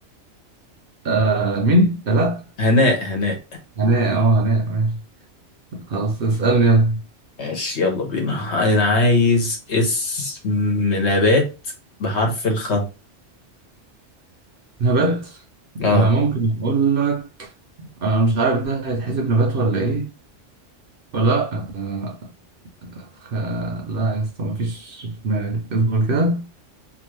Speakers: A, on the right; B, on the left.
A: آه مين؟ آه، لا
B: هناء هناء
A: هناء اه هناء ماشي خلاص اسألني يلا
B: ماشي يلا بينا انا عايز اسم نبات بحرف الخاء
A: نبات
B: اه
A: انا ممكن اقول لك انا مش عارف ده هيتحسب نبات ولا ايه ولا لا آه خ... لا يا اسطى مفيش في دماغي اصبر كده